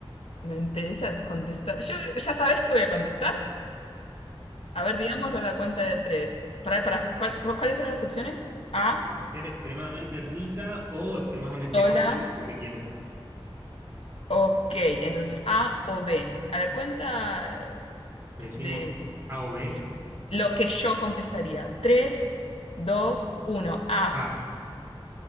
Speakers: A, on the left (about 85°); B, on the right (about 30°).
A: me interesa contestar. Yo, ¿ya sabes qué voy a contestar? A ver, digámoslo a la cuenta de tres. Para, para, ¿cuál- cu- ¿cuáles eran las opciones? A,
B: Eh, Ser extremadamente rica o extremadamente
A: sola.
B: pobre, pero que te quieran.
A: Ok, entonces A o B. A la cuenta
B: Decimos
A: de
B: A o B.
A: Sí. Lo que yo contestaría. Tres, dos, uno. A.
B: A.